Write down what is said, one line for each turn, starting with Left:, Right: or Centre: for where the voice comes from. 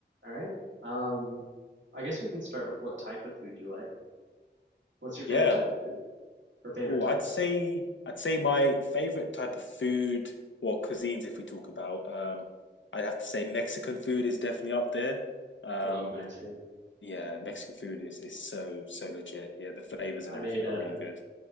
Right: All right. Um, I guess we can start with what type of food you like. What's your favorite
Left: Yeah.
Right: type of food or favorite
Left: Oh,
Right: types?
Left: I'd say I'd say my favorite type of food or cuisines, if we talk about, um, I'd have to say Mexican food is definitely up there. Um,
Right: I love Mexican.
Left: yeah, Mexican food is is so so legit. Yeah, the flavors and
Right: I
Left: everything
Right: made uh
Left: are really good.